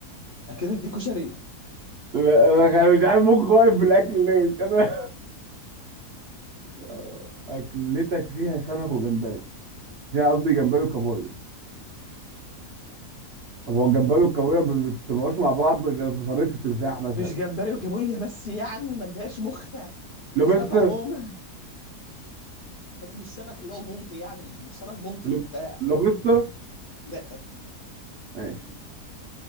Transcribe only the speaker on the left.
اكلتك دي كشري
مش جمبري وكابوريا بس يعني ما اديهاش مخك
اسماك عموما بس مش سمك اللي هو البلطي يعني مش سمك بلطي
وبتاع
لا